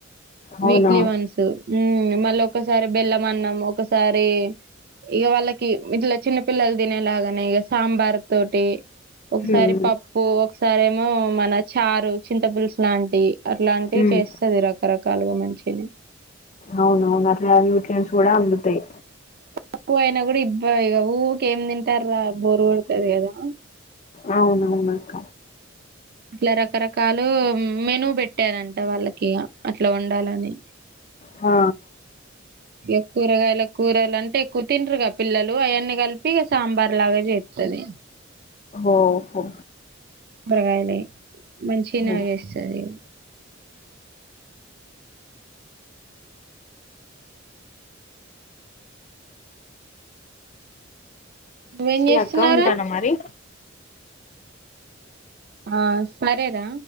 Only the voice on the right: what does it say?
వీక్లీ వన్స్ ఉ మళ్ళీ ఒకసారి బెల్లం అన్నం ఒకసారి ఇక వాళ్ళ కి ఇట్లా చిన్నపిల్లలు తినేలాగానే ఇక సాంబార్ తోటి ఒకసారి
పప్పు ప్పు ఒకసారేమో మన చారు చింత పులుసు లాంటి అట్లాంటివి
చేస్తది రకరకాల కాలువ మంచిది
అప్పు అయిన కూడా ఇబ్బ ఇ ఊకేం ఏం తింటార బోరుకొడతాది కదా
ఇట్లా రకరకాలు మెను పెట్టారంట వాళ్ళకి అట్లా వండాలని
ఇక కూరగాయల కూరలు అంటే ఎక్కువ తినరుగా పిల్లలు అవన్నీ కలిపి ఇక సాంబార్ లాగా చేస్తది
కూరగాయలు మంచిగనే
చేేస్తది నువ్వేం
చేస్తున్నావురా
ఆ సరేరా